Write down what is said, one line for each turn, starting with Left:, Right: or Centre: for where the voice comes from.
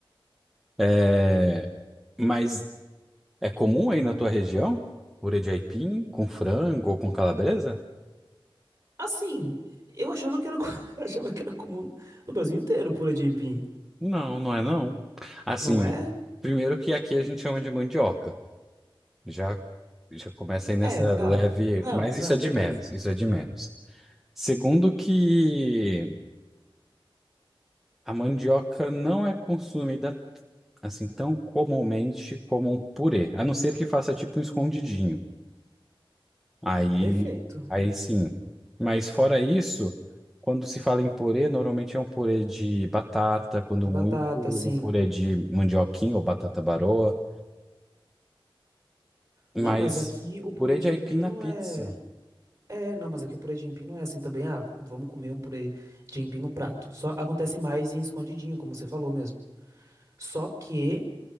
Centre: É, mas é comum aí na tua região? Purê de aipim com frango ou com calabresa?
Right: Assim, eu achava que era, co- <laughs> achava que era comum no Brasil inteiro pura aipim.
Centre: Não, não é não. Assim,
Right: Não é?
Centre: primeiro que aqui a gente chama de mandioca. Já já começa aí nessa
Right: É, tá.
Centre: leve,
Right: Não,
Centre: mas
Right: não,
Centre: isso é de
Right: beleza.
Centre: menos, isso é de menos. Segundo que a mandioca não é consumida assim tão comumente como um purê, a não ser que faça tipo um escondidinho. Aí,
Right: Perfeito.
Centre: aí sim. Mas fora isso, quando se fala em purê, normalmente é um purê de batata, quando
Right: De
Centre: muito,
Right: batata,
Centre: um
Right: sim.
Centre: purê de mandioquinha ou batata baroa. Mas
Right: Não, mas aqui o purê
Centre: purê
Right: de
Centre: de aipim
Right: aipim
Centre: na
Right: não
Centre: pizza.
Right: é. É, não, mas aqui o purê de aipim não é assim também. Ah, vamos comer um purê de aipim no prato. Só acontece mais em escondidinho, como você falou mesmo. Só que